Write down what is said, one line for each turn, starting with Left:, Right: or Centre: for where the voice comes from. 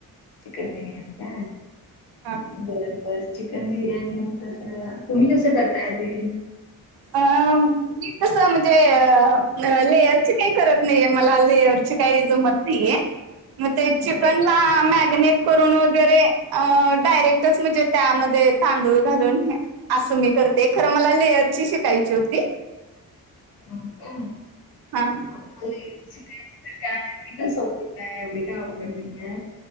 Left: चिकन बिर्याणी काय
Right: हा
Left: बर बर चिकन बिर्य आणि मग कसं तुम्ही कसं करताय आधी?
Right: अ मी कसं म्हणजे अ लेयरची काही करत नाहीये मला लेअर ची काही जमत नाही आहे म ते
Left: हो
Right: चिकन ला मॅगनेट करून वगैरे अ डायरेक्टच म्हणजे त्यामध्ये तांदूळ घालून असं मी करते खरं मला लेअरची शिकायची होती.
Left: <unintelligible> हो का?
Right: हां.
Left: आम्हाला शिकायची काय सोप काय एवढी काय आवड नाहीय